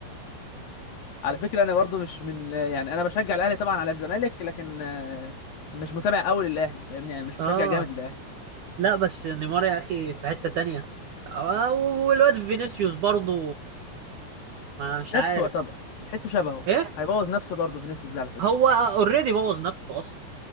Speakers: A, on the left (about 50°); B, on the right (about 80°).
A: <laughs> على فكره انا برضه مش من يعني انا بشجع الاهلي طبعا على الزمالك لكن آه، مش متابع قوي للاهلي فاهمني
B: <laughs>
A: يعني مش مشجع
B: آه
A: جامد للاهلي
B: لا بس نيمار يا أخي في حتة تانية آه، والواد فينيسيوس برضه ما مش
A: نفسه
B: عارف
A: يعتبر تحسه شبهه
B: إيه
A: هيبوظ نفسه برضه فينيسيوس ده على فكره
B: هو اوريدي بوظ نفسه اصلا